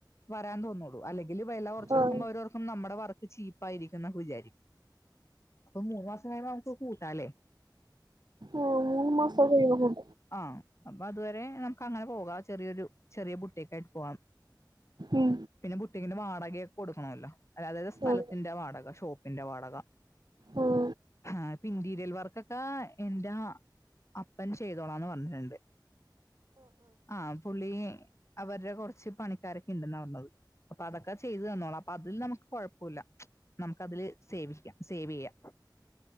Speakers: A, on the left; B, on the right.
A: വരാൻ തോന്നൂള്ളൂ അല്ലെങ്കിൽ വെല കുറച് കൊടുക്കുമ്പോ
B: ആഹ്
A: അവരോർക്കും നമ്മടെ വർ ക്ക് ചീപ്പായിയിരിക്കൂന്ന് വിചാരിക്കും അപ്പൊ മൂന്ന് മാസം കഴിയുമ്പോ നമുക്ക് കൂട്ടാല്ലോ
B: ഓഹ് മൂന്ന് മാസൊക്കെ കയ്യുമ്പം
A: ആഹ് അപ്പൊ അതുവരെ നമുക്ക് അങ്ങനെ പോകാം ചെറിയൊരു ചെറിയ ബുട്ടിക്കായിട്ട് പോകാം
B: ഉം
A: പിന്നെ ബുട്ടീക്കിന്റെ വാടകയൊക്കെ കൊടുക്കണല്ലോ അതായതത് സ്ഥലത്തിന്റെ
B: ആഹ്
A: വാടക ഷോ പിന്റെ വാടക
B: ആഹ്
A: ആപ് ഇന്റീരിയൽ വർക്കൊക്കെ എന്റെ അപ്പൻ ചെയ്തോളാന്ന് പറഞ്ഞിട്ടുണ്ട് ആഹ് പുള്ളിയെ അവര്ടെ കുറച്ച് പണിക്കാരൊക്കെ ഉണ്ടെന്നാ പറഞ്ഞത് അപ്പൊ അതൊക്കെ ചെയ്ത് തന്നോളൂ അപ്പൊ അതില് നമുക്ക് കുഴപ്പൂല്ല നമുക്ക് അതില് സേവിക്കാം സേവ് ചെയ്യാം